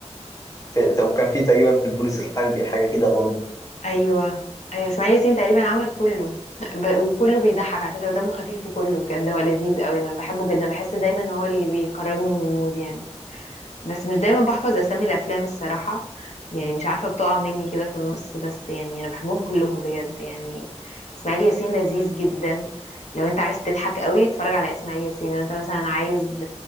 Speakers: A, on the left; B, on the left.
A: في- وكان في تقريبا في البوليس الحربي حاجه كده برضو
B: أيوه أيوه إسماعيل ياسين تقريبا عمل كله <laughs> ب... وكله بيضحك على فكرة ودمه خفيف في كله بجد هو لذيذ قوي أنا بحبه جدا بحس دايما هو اللي بيخرجني من المود يعني بس مش دايما بحفظ أسامي الأفلام الصراحة يعني مش عارفة بتقع مني كده في النص بس يعني أنا بحبهم كلهم بجد يعني إسماعيل ياسين لذيذ جدا لو انت عايز تضحك قوي اتفرج على اسماعيل ياسين لو انت مثلا عايز